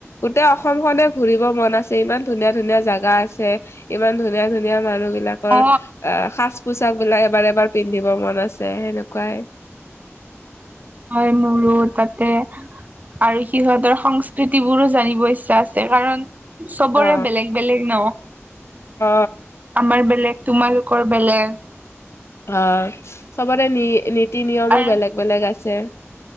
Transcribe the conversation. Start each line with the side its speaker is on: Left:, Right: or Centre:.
Left: গোটেই অসম খনে ঘুৰিব মন আছে ইমান ধুনীয়া ধুনীয়া জাগা গা আছে ইমান ধুনীয়া ধুনীয়া মানুহ বিলাকৰ
Right: অ
Left: অ সাজ পোচাক বিলাক এবাৰ এবাৰ পিন্ধিব মন আছে সেনেকোৱাই
Right: হয় মোৰো তাতে আৰু সিহঁতৰ সংস্কৃতি বোৰো জানিব ইচ্ছা আছে কাৰণ চবৰে
Left: অ
Right: বেলেগ বেলেগ ন
Left: অ
Right: আমাৰ বেলেগ তোমালোকৰ বেলেগ
Left: অ চবৰে নি নীতি নিয়মো
Right: আৰু
Left: বেলেগ বেলেগ আছে